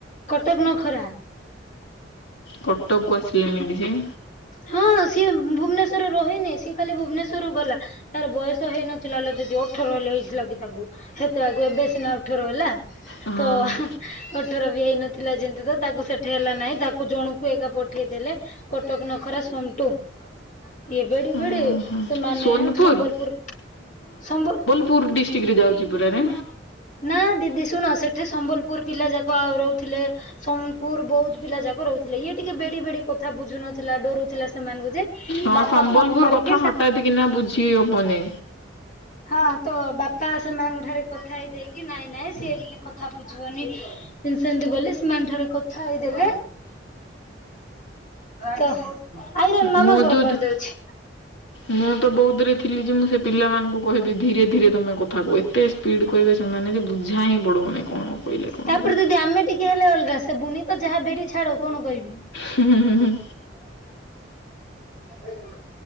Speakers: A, on the left; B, on the left.
A: କଟକ ନଖରା।
B: କଟକକୁ ଆସିଲାଣି କି ସିଏ?
A: ହଁ ସିଏ ଭୁବନେଶ୍ଵରରେ ରହେନି ସିଏ ଖାଲି ଭୁବନେଶ୍ଵରରୁୁ ଗଲା ତାର ବୟସ ହେଇନଥିଲା ଦିଦି ଅ ଅଠର ହେଲେ ହେଇଥିଲା କି ତାକୁ ହେତେବାକୁ ଏବେ ସିନା ଉଠର ହେଲା।
B: ହଁ।
A: ହୁଁ ଅଠର ବି ହେଇ ନଥିଲା ଯେମତି ତ ତାକୁ ସେଠି ହେଲା ନାହିଁ ତାକୁ ଜଣକୁ ଏକା ପଠେଇଦେଲେ। କଟକ ନଖରା ସମଟୁ। ଇଏ ବେଡି
B: ଓହୋ
A: ବେଡି ସେମାନେ
B: ସୋନପୁର
A: ସମ୍ବଲପୁର ସମ୍ବ
B: ପୁର ଡିଷ୍ଟିକରେ ଯାଉଚି ପୁରାରେ।
A: ନା ଦିଦି ଶୁଣ ସେଠି ସମ୍ବଲପୁର ପିଲା ଯାକ ଆଉ ରହୁଥିଲେ। ସୋନପୁର ବୌଦ୍ଧ ପିଲା ଯାକ ରହୁଥିଲେ ଇଏ ଟିକେ ବେଡି ବେଡି। କଥା ବୁଝୁ ନଥିଲା ଡରୁଥିଲା ସେମାନଙ୍କୁ ଯେ
B: ହଁ
A: ବାପା
B: ସମ୍ବଲପୁର
A: ଫୋନ କରିକି
B: କଥା ହଠାତ୍ କିନା ବୁଝି ହବନି।
A: ହଁ ତ ବାପା ସେମାନଙ୍କ ଠାରେ କଥା ହେଇଯାଇକି କି ନାଇଁ ନାଇଁ ସିଏ ଟିକେ କଥା ବୁଝିବନି ସେମତି ବୋଲି ସେମାନଠାରେ କଥା ହେଇଦଲେ ତ ଆଇରନ୍ ମାମାଙ୍କର
B: ମୁଁ ଯୋଉ
A: କରିଦେଉଚି।
B: ମୁଁ ତ ବହୁଧ ରେ ଥିଲି ଯେ ମୁଁ ସେ ପିଲାମାନଙ୍କୁ କହିବି ଧୀରେ ଧୀରେ ତମେ କଥାକୁହ ଏତେ ସ୍ପିଡ଼୍ କହିବେ ସେମାନେ ଯେ ବୁଝା ହିଁ ପଡ଼ିବନ କଣ କହିଲେ କଣ
A: ତାପରେ
B: ନଇଁ।
A: ଯଦି ଆମେ ଟିକେ ହେଲେ ଅଲଗା ସେ ବୁନି ତ ଯାହା ବେଡି ଛାଡ କଣ କହିବି।
B: ହୁଁ ହୁଁ ହୁଁ ହୁଁ।
A: ଏଇ ଦା